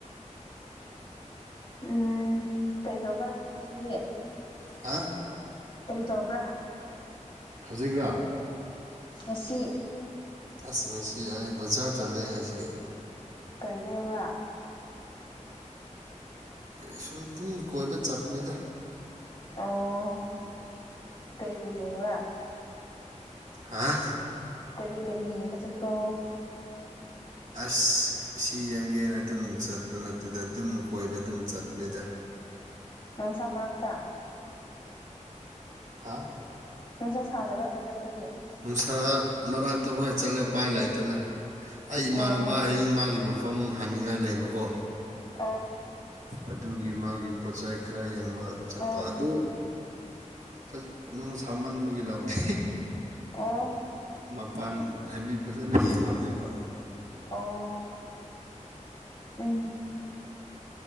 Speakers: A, on the left; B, on the right.
A: ꯎꯝ ꯀꯔꯤꯗꯧꯕꯥ ꯅꯪ ꯉꯁꯤꯒꯤ
B: ꯍꯥ
A: ꯀꯔꯤ ꯇꯧꯕ꯭ꯔꯥ
B: ꯍꯧꯖꯤꯛꯔꯥ
A: ꯉꯁꯤ
B: ꯑꯁ ꯉꯁꯤ ꯑꯩ ꯕꯖꯥꯔ ꯆꯠꯂꯦ ꯉꯁꯤ
A: ꯀꯔꯤ ꯂꯩꯕ꯭ꯔꯥ
B: ꯑꯦ ꯁꯨꯝ ꯗꯨꯝ ꯀꯣꯏꯕ ꯆꯠꯄꯅꯤꯗ
A: ꯑꯣ ꯀꯔꯤ ꯀꯔꯤ ꯌꯦꯡꯕ꯭ꯔꯥ
B: ꯍꯥ
A: ꯀꯔꯤ ꯀꯔꯤ ꯌꯦꯡꯕ ꯆꯠꯄ꯭ꯔꯣ
B: ꯑꯁ ꯁꯤ ꯌꯦꯡꯒꯦꯅ ꯗꯨꯝ ꯆꯠꯄ ꯅꯠꯇꯦꯗ ꯗꯨꯝ ꯀꯣꯏꯕ ꯗꯨꯝ ꯆꯠꯄꯅꯤꯗ
A: ꯅꯨꯡꯁꯥ ꯃꯔꯛꯇ
B: ꯍꯥꯥ
A: ꯅꯨꯡꯁꯥ ꯁꯥꯗꯕ꯭ꯔꯥ ꯕꯖꯥꯔꯗꯗꯤ
B: ꯅꯨꯡꯁꯥ ꯃꯔꯥꯛꯇ ꯍꯣꯏ ꯆꯠꯂꯦ ꯄꯥꯏ ꯂꯩꯇꯦꯅ ꯑꯩ ꯏꯃꯥꯟꯅꯕ
A: ꯑꯣ
B: ꯍꯌꯦꯡ ꯃꯥꯒꯤ ꯃ ꯐꯝ ꯍꯟꯅꯤꯡꯉꯥꯏ ꯂꯩꯕꯀꯣ
A: ꯑꯣ
B: ꯑꯗꯨꯒꯤ ꯃꯥꯒꯤ ꯄꯣꯠꯆꯥꯏ ꯈꯔ ꯌꯦꯡꯕ ꯆꯠꯄ
A: ꯑꯣ
B: ꯑꯗꯨ ꯐꯖ ꯅꯨꯡ ꯁꯥꯃꯟꯕꯒꯤ ꯂꯥꯎꯗꯦ
A: ꯑꯣ
B: ꯃꯄꯥꯟ ꯍꯥꯏꯕꯤ ꯐꯖꯟꯅ ꯌꯦꯡꯍꯧꯗꯦꯕ
A: ꯑꯣ ꯎꯝ